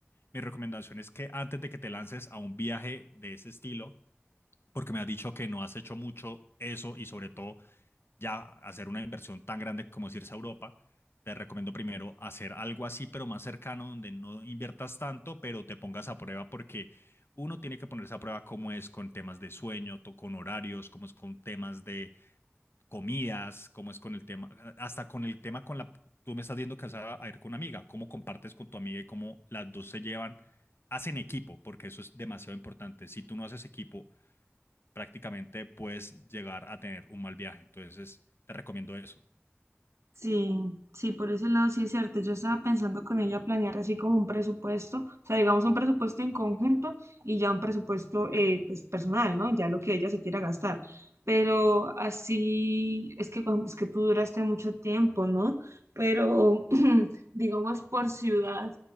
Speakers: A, on the left; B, on the right.
A: mi recomendación es que antes de que te lances a un viaje de ese estilo, porque me has dicho que no has hecho mucho eso y sobre todo ya hacer una inversión tan grande como es irse a Europa, te recomiendo primero hacer algo así, pero más cercano, donde no inviertas tanto, pero te pongas a prueba porque uno tiene que ponerse a prueba cómo es con temas de sueño, to- con horarios, cómo es con temas de comidas, cómo es con el tema, hasta con el tema con la, tú me estás diciendo viendo casada a a ir con una amiga, cómo compartes con tu amiga y cómo las dos se llevan, hacen equipo, porque eso es demasiado importante. Si tú no haces equipo, prácticamente puedes llegar a tener un mal viaje. Entonces, te recomiendo eso.
B: Sí, sí, por ese lado sí es cierto. Yo estaba pensando con ella planear así como un presupuesto, o sea, digamos un presupuesto en conjunto y ya un presupuesto eh, pues, personal, ¿no? Ya lo que ella se quiera gastar. Pero así es que cuan- es que tú duraste mucho tiempo, ¿no? Pero <clears throat> digamos por ciudad,